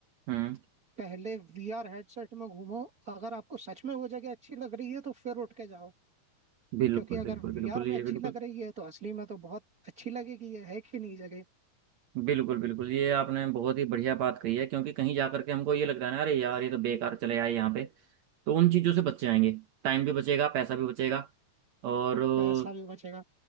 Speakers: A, on the right (about 65°); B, on the right (about 35°).
A: हम्म
B: पहले वीआर हेडसेट में घूमो अगर आपको सच में वो जगह अच्छी लग रही है तो फिर उठ के जाओ
A: बिल्कुल
B: क्योंकि अगर
A: बिल्कुल
B: वीआर
A: बिल्कुल
B: में
A: ये
B: अच्छी
A: बिल्कुल
B: लग रही है तो असली में तो बहुत अच्छी लगेगी ये है कि नहीं जगह
A: बिल्कुल बिल्कुल ये आपने बहुत ही बढ़िया बात कही है क्योंकि कहीं जा करके हमको ये लगता है ना अरे यार ये तो बेकार चले आए यहाँ पे तो उन चीज़ों से बच जाएंगे टाइम भी बचेगा पैसा भी बचेगा और अ,
B: पैसा भी बचेगा